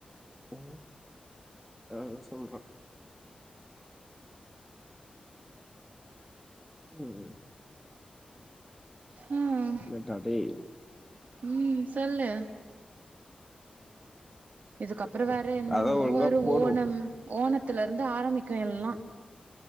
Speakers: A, in the centre; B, on the right.
A: உம் அ சொல்றே ம்
B: ம்
A: என்னடா டேய்!
B: ம் சொல்லு இதுக்கப்புரோ வேற என்னன்னமோ
A: அதான் ஒழுங்கா
B: வரு
A: போடு.
B: ஓணம் ஓணத்துல இருந்து ஆரம்பிக்கு எல்லா